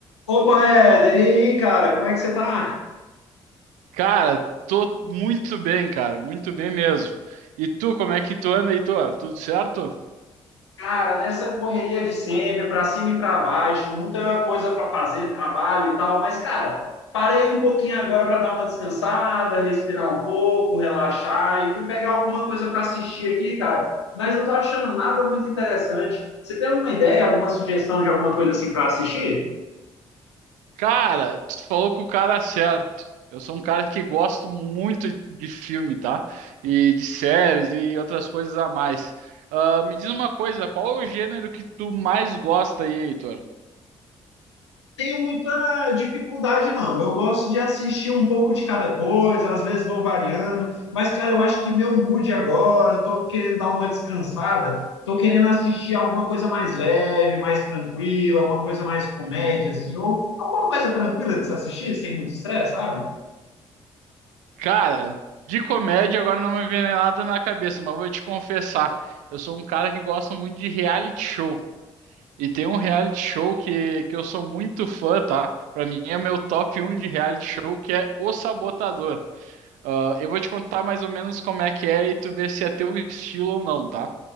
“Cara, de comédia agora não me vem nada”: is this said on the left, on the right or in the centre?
Right